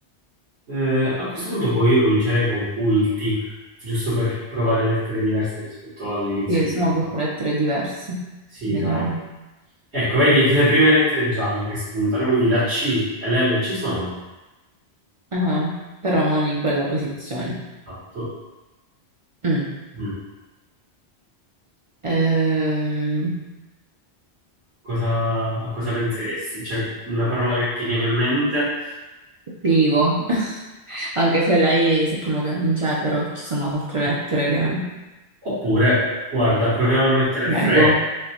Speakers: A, on the right; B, on the right.
A: Eh, a questo punto poi io comincerei con culti, giusto per provare lettere diverse rispetto all'inizio
B: Sì,
A: di
B: sono
A: prima.
B: tutte lettere diverse.
A: Sì,
B: Vediamo.
A: dai. Ecco, vedi <laughs> le prime lettere gialle che spuntano, quindi la C e l'L ci sono.
B: Ah, però non in quella posizione.
A: Esatto.
B: Mm.
A: Mm.
B: Ehm,
A: Cosa, a cosa penseresti? C'è una parola che ti viene in mente?
B: privo. <laughs> Anche se la I sappiamo che non c'è, però ci sono altre lettere che...
A: Oppure, guarda, proviamo a mettere
B: Prego.
A: freddo.